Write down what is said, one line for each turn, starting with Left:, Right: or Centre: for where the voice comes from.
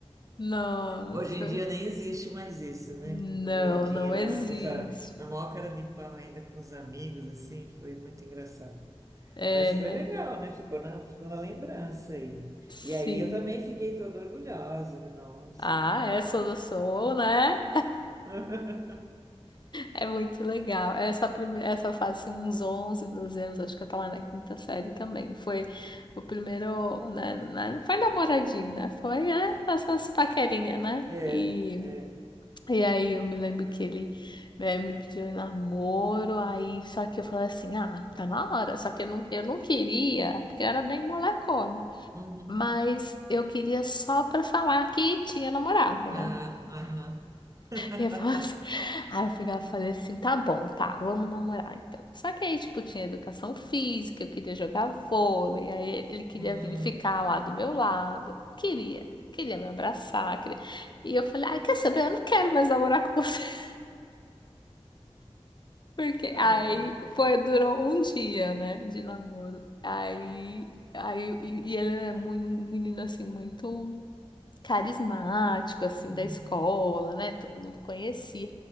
Left: nossa,
Right: hoje em dia nem existe mais isso, né?
Left: não,
Right: Namoradinha
Left: não existe.
Right: lá com os a- na maior cara de pau ainda com os amigos, assim, foi muito engraçado.
Left: É,
Right: Mas foi
Left: né?
Right: legal, né? Ficou na, ficou na lembrança aí.
Left: Sim.
Right: E aí eu também fiquei toda orgulhosa, né? Nossa,
Left: Ah,
Right: né?
Left: é, sou do sou, né?
Right: <laughs>
Left: É muito legal. Essa, prime... Essa fase, assim, uns 11, 12 anos, acho que eu tava na quinta série também. Foi o primeiro, né? na- Não foi namoradinho, né? Foi, é, essas paquerinhas, né?
Right: É,
Left: E,
Right: é.
Left: e aí eu me lembro que ele eh, me pediu em namoro, aí só que eu falei assim, ah, tá na hora. Só que eu não, eu não queria, porque eu era bem molecona.
Right: Uhum.
Left: Mas eu queria só pra falar que tinha namorado,
Right: Ah,
Left: né?
Right: aham. <laughs>
Left: Eu falava assim- <laughs> Aí eu pegava e falei assim, tá bom, tá, vamos namorar então. Só que aí, tipo, tinha educação física, eu queria jogar vôlei, aí ele queria
Right: Hum.
Left: vir ficar lá do meu lado, queria, queria me abraçar, queria... E eu falei, ai, quer saber, eu não quero mais namorar com você. <laughs> Porque
Right: Ah.
Left: aí foi, durou um dia, né, de namoro. Aí, aí e, e ele é muito, um menino assim, muito carismático, assim,
Right: Uhum.
Left: da escola, né? Todo mundo conhecia.